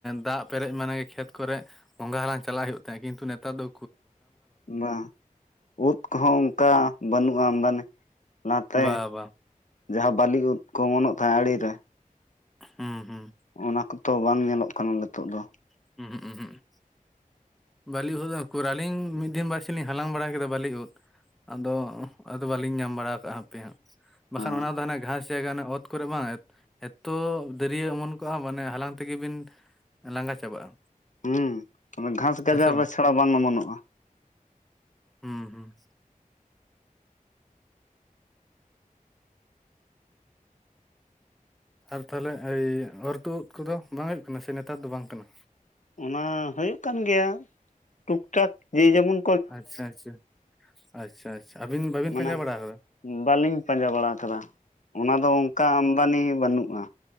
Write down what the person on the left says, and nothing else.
ᱵᱟᱝ ᱩᱫ ᱠᱚ ᱦᱚᱸ ᱚᱱᱠᱟ ᱵᱟᱹᱱᱩᱜᱼᱟ ᱟᱢᱫᱟᱱᱤ ᱞᱟᱦᱟ ᱛᱮ
ᱡᱟᱦᱟᱸ ᱵᱟᱹᱞᱤ ᱳᱫ ᱠᱚ ᱚᱢᱚᱱᱚᱜ ᱛᱟᱦᱮᱸᱜ ᱟᱲᱮ ᱨᱮᱼᱼ
ᱚᱱᱟ ᱠᱚᱛᱚ ᱵᱟᱝ ᱧᱮᱞᱚᱜ ᱠᱟᱱᱟ ᱱᱤᱛᱚᱜ ᱫᱚᱼᱼ
ᱦᱮᱸ
ᱦᱩᱸ ᱚᱱᱟ ᱜᱷᱟᱸᱥ ᱜᱟᱡᱟᱲ
ᱨᱮ ᱪᱷᱟᱲᱟ ᱵᱟᱝ ᱚᱢᱚᱱᱚᱜᱼᱟ
ᱚᱱᱟ ᱦᱩᱭᱩᱜ ᱠᱟᱱ ᱜᱮᱭᱟ ᱴᱩᱠ ᱴᱟᱠ ᱡᱮ ᱡᱮᱢᱚᱱᱼᱼ
ᱢᱟᱱᱮ
ᱵᱟᱹᱞᱤᱧ ᱯᱟᱸᱡᱟ ᱵᱟᱲᱟ ᱟᱠᱟᱫᱟ ᱚᱱᱟ ᱫᱚ ᱚᱱᱠᱟ ᱟᱢᱫᱟᱱᱤ ᱵᱟᱹᱱᱩᱜᱼᱟ᱾